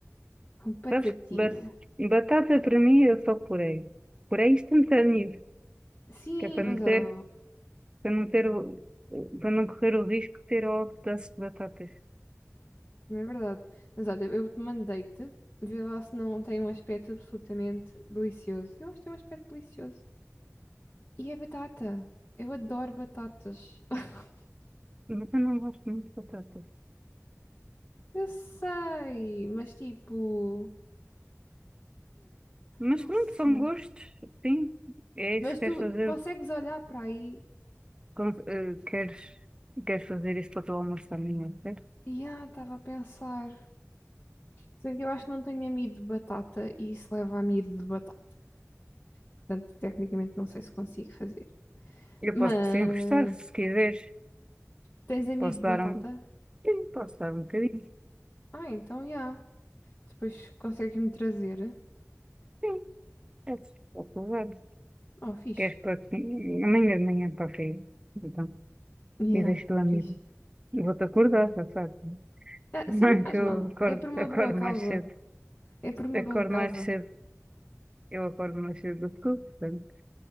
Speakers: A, on the left; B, on the right.
A: com batatinha.
B: Sabes que ba- batata para mim é só purê. Puré instantâneo.
A: Sim,
B: Que é para
A: mas
B: não
A: ó,
B: ter, para não ter, o- para não correr o risco de ter ao pedaço de batatas.
A: não é verdade. Mas olha, eu te mandei-te, vê lá se não tem um aspecto absolutamente delicioso. Eu acho que tem um aspecto delicioso. E é batata. Eu adoro batatas. <laughs>
B: Mas eu não gosto muito de batatas.
A: Eu sei, mas tipo,
B: Mas
A: não
B: pronto,
A: sei.
B: são gostos, sim. É isso
A: Mas
B: que
A: tu
B: queres fazer.
A: consegues olhar para aí
B: com- eh, queres, queres fazer isso para o teu almoço também, não é?
A: e ah, estava a pensar. Sendo que eu acho que não tenho amido de batata e isso leva a amido de batata. Portanto, tecnicamente não sei se consigo fazer.
B: Eu
A: Mas
B: posso te emprestar, se quiseres.
A: tens amido
B: Posso
A: de
B: dar
A: batata?
B: um. Sim, posso dar um bocadinho.
A: Ah, então já. Depois consegues-me trazer.
B: Sim, é posso levar.
A: Oh, fixe.
B: Queres para que- amanhã de manhã para a feira? Então,
A: Yeah,
B: e deixo-te lá
A: fixe.
B: mesmo. Eu Vou-te acordar, já sabes.
A: Ah,
B: Mãe,
A: sim, não faz
B: que eu
A: mal.
B: acordo,
A: É por uma
B: acordo
A: boa causa.
B: mais cedo.
A: É por uma
B: Acordo
A: boa causa.
B: mais cedo. Eu acordo mais cedo do que tu, portanto.